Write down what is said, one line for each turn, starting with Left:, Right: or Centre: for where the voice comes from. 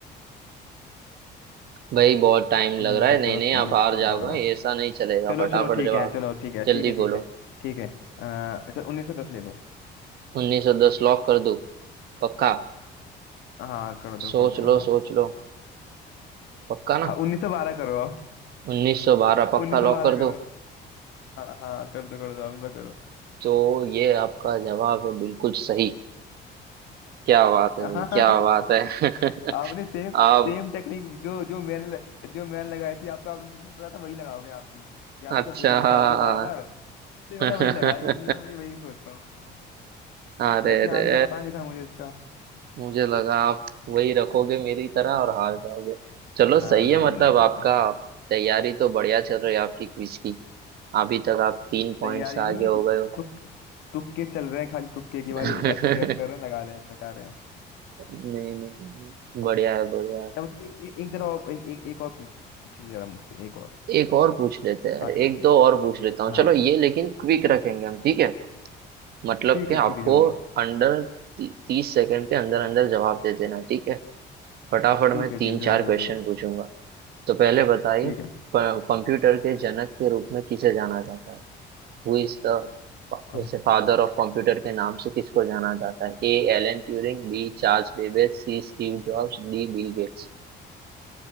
Right: भाई बहुत टाइम लग
Left: उन्नीस
Right: रहा
Left: सौ
Right: है नहीं
Left: दस
Right: नहीं आप
Left: उन्नीस
Right: हार
Left: सौ
Right: जाओगे
Left: बारह
Right: ऐसा नहीं चलेगा
Left: चलो
Right: फटाफट
Left: चलो ठीक
Right: जवाब
Left: है चलो ठीक है
Right: जल्दी
Left: ठीक है
Right: बोलो
Left: ठीक है ठीक है अ, अच्छा उन्नीस सौ दस ले लो
Right: 1910 लॉक कर दूं पक्का
Left: हाँ कर दो
Right: सोच
Left: कर दो
Right: लो
Left: हाँ
Right: सोच लो पक्का ना
Left: उन्नीस सौ बारह करो आप
Right: 1912
Left: <laughs>
Right: पक्का
Left: उन्नीस सौ
Right: लॉक
Left: बारह
Right: कर
Left: करो
Right: दो
Left: हाँ हाँ कर दो कर दो आप इस बार करो
Right: तो ये आपका जवाब है बिल्कुल सही क्या बात है
Left: <laughs>
Right: भाई
Left: हाँ
Right: क्या बात है <laughs>
Left: आपने सेम
Right: आप
Left: सेम टेक्निक जो जो मैंने ल- जो मैंने लगाई थी आप पे आपने पता था वही लगाओगे आप भी या
Right: अच्छा
Left: मुझसे पूछोगे
Right: हाँ
Left: कहोगे बार बार इसलिए मैंने
Right: <laughs>
Left: वही लगाया कि नहीं मैं मुझे वही सोचता हूँ
Right: अरे
Left: वैसे
Right: अरे
Left: आंसर तो पता नहीं था मुझे इसका
Right: मुझे लगा आप वही रखोगे मेरी तरह और हार जाओगे चलो सही
Left: ना ना
Right: है मतलब
Left: ना ना
Right: आपका तैयारी तो बढ़िया चल रही है आपकी क्विज की अभी तक आप तीन पॉइंट्स
Left: तैयारी नहीं
Right: आगे हो गए हो <laughs>
Left: तुक तुक्के चल रहे हैं खाली तुक्के की भाई
Right: नहीं
Left: ऐसी गैस कर रहे हैं लगा रहे हैं लगा रहे हैं
Right: नहीं नहीं, बढ़िया है बढ़िया है
Left: तो मतलब एक, एक, एक जरा और एक, एक, एक और पूछिए जरा मुझसे एक और
Right: एक और पूछ लेते हैं
Left: आखिरी
Right: एक दो और पूछ लेता हूँ
Left: हाँ
Right: चलो ये लेकिन क्विक रखेंगे हम ठीक है मतलब
Left: ठीक
Right: कि
Left: है
Right: आपको
Left: ठीक है जरूर
Right: अंडर तीस सेकंड के अंदर अंदर जवाब दे देना ठीक है फटाफट
Left: ठीक
Right: मैं
Left: है
Right: तीन
Left: जी जरूर
Right: चार
Left: जरूर
Right: क्वेश्चन
Left: जरूर
Right: पूछूंगा तो पहले बताइए
Left: ठीक है
Right: कंप्यूटर के जनक के रूप में किसे जाना जाता है हु इज द
Left: कम
Right: जैसे फादर ऑफ कंप्यूटर के नाम से किसको जाना जाता है A Alan Turing B Charles Babbage C Steve Jobs D Bill Gates